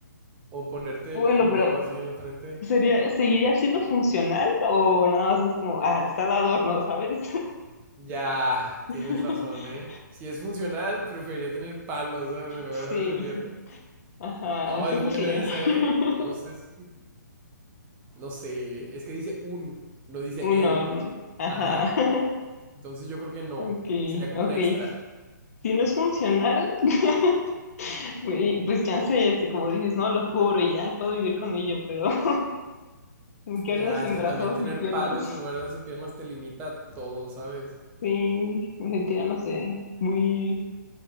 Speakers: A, on the right; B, on the left.
A: O ponerte
B: bueno,
A: el, el pelo
B: pero
A: así en la frente.
B: ¿Sería, seguiría siendo funcional o nada más es como, ah, está de adorno, ¿sabes?
A: Ya,
B: <laughs>
A: tienes razón, ¿eh? Si es funcional, preferiría tener palos, ¿sabes? En lugar
B: Sí,
A: de brazos y piernas.
B: ajá,
A: Oh, es
B: creo
A: buena
B: que sí. ¿eh?
A: esa,
B: <laughs>
A: ¿eh? No sé si... No sé, ¿eh? es que dice un, no dice
B: Un
A: él.
B: horno, ajá.
A: Ajá.
B: <laughs>
A: Entonces yo creo que no.
B: Ok,
A: Sería como
B: ok.
A: un extra.
B: Si no es funcional, <laughs> güey, pues chance, este, como dices, no lo cubro y ya puedo vivir con ello, pero <laughs> ¿qué
A: Ya,
B: haría sin
A: es que
B: brazos
A: también tener
B: y piernas?
A: palos en lugar de hacer piernas te limita a todo, ¿sabes?
B: Sí, me sentiría, no sé, muy...